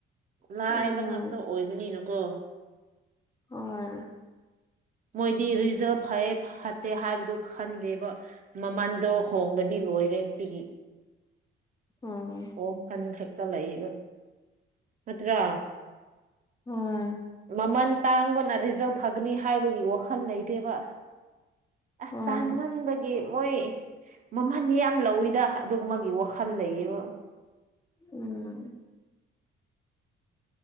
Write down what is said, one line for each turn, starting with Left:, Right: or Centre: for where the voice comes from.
Right: ꯂꯥꯏꯕ
Left: ꯎꯝ
Right: ꯉꯥꯛꯇ ꯑꯣꯏꯕꯅꯤꯅꯀꯣ
Left: ꯍꯣꯏ
Right: ꯃꯣꯏꯗꯤ ꯔꯤꯖꯜꯕ ꯐꯩꯌꯦ ꯐꯠꯇꯦ ꯍꯥꯏꯕꯗꯨ ꯈꯟꯗꯦꯕ ꯃꯃꯟꯗꯣ ꯍꯣꯡꯉꯥꯗꯤ ꯂꯣꯏꯔꯦ ꯁꯤꯒꯤ
Left: ꯎꯝ
Right: ꯑꯣ ꯈꯟ ꯈꯛꯇ ꯂꯩ ꯅꯠꯇ꯭ꯔꯥ
Left: ꯍꯣꯏ
Right: ꯃꯃꯜ ꯇꯥꯡꯕꯅ ꯔꯤꯖꯜ ꯐꯒꯅꯤ ꯍꯥꯏꯕꯒꯤ ꯋꯥꯈꯜ ꯂꯩ ꯇꯦꯕ ꯑꯁ
Left: ꯍꯣꯏ
Right: ꯇꯥꯡꯃꯟꯕꯒꯤ ꯃꯣꯏ ꯃꯃꯟ ꯌꯥꯝ ꯂꯧꯋꯤꯗ ꯑꯗꯨꯃꯒꯤ ꯋꯥꯈꯜ ꯂꯩꯌꯦꯕ
Left: ꯎꯝ